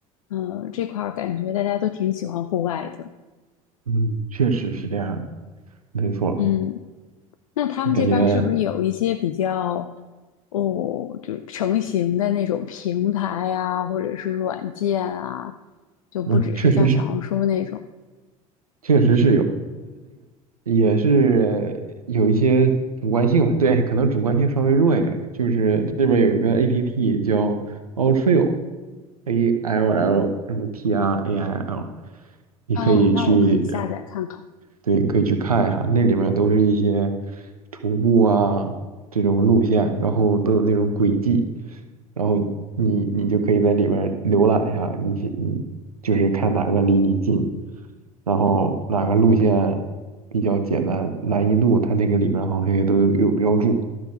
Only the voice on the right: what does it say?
嗯，确实是这样的，没错，
感觉
嗯，确实是，确实是有，也是有一些主观性吧，对，可能主观性稍微弱一点儿就是这边有一个 APP 叫 Alltrail，A L L 什么 T R A I L，你可以去
对，你可以去看一下，那里面都是一些徒步啊这种路线，然后都有那种轨迹，然后你你就可以在里面浏览一下，你你就是看哪个离你近，然后哪个路线比较简单，难易度它那个里面好像也都有有标注。